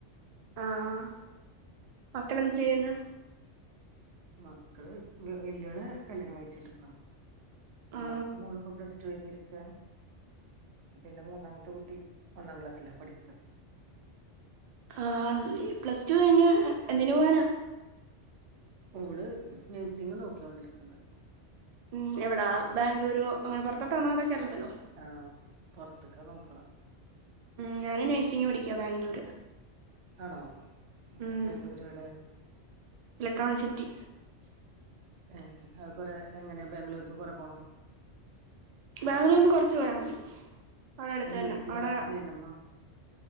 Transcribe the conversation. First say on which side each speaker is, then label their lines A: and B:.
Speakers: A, on the right; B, on the right.
A: ആഹ് മക്കളെ ന്ത് ചെയ്യുന്നു
B: മക്കള് വല്യോളെ കല്യാണം കഴിച്ചിട്ട് വിട്ടേക്കണു രണ്ടാമത്തെ
A: ആ
B: മോള്ഇപ്പൊ പ്ലസ് ടൂ കഴിഞ്ഞിരിക്കാ പിന്നെ മൂന്നാമത്തെ കുട്ടി ഒന്നാം ക്ലാസ്സിലാ പഠിക്ക
A: ആ പ്ലസ് ടു കയ്ഞ്ഞ് എന്തിന് പോവാനാ
B: ഓള് നഴ്സിങ് നോക്കിയോണ്ടിരിക്കണുണ്ട്
A: ഉം എവിടാ ബാംഗളൂരോ അങ്ങനെ പുറത്തോട്ടാണോ അതോ കേരളത്തിലോ
B: ആ പൊറത്തേക്കാ നോക്കെണ
A: ഉം ഞാനും നേഴ്സിംഗ് പഠിക്കാ ബാംഗ്ലൂര്
B: ആണോ ആഹ്
A: ഉം
B: ബാംഗ്ലൂര് എവിടെ
A: ഇലക്ട്രോണിക്സിറ്റി
B: ഏ അത് കുറെ എങ്ങനെയാ ബാംഗ്ലൂർന്ന് കൊറെ പോണോ
A: ബാംഗ്ലൂരിന്ന് കൊറച്ച് പോയാ മതി അവിടെ അടുത്ത്
B: ബി
A: തന്നാ
B: എസ് സിയാ
A: അവിടെ
B: ജി എൻ എമ്മാ